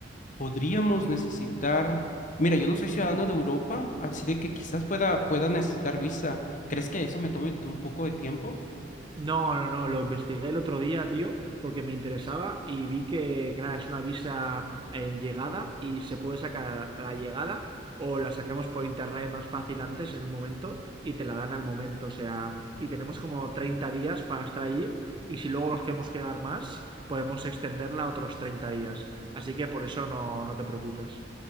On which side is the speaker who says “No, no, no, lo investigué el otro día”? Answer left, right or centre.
Right